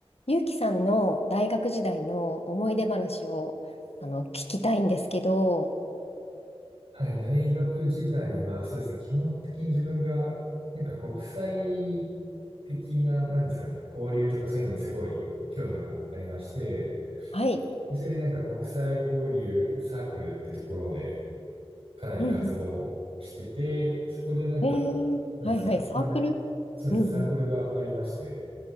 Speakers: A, on the left; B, on the right.
A: ゆうきさんの大学時代の思い出話をあの聞きたいんですけど、
B: はい、大学時代は、そうですね、基本的に自分が、なんか国際的な、なんですかね、交流とかそういうのにすごい興味がありまして、
A: はい。
B: でそれでなんか国際交流サークルってところでかなり活動してて、
A: うん。
B: そこでなんか、
A: えー、
B: なんですかね、
A: はいはい。サークルうんうん。
B: かん、そうですね、サークルがありまして、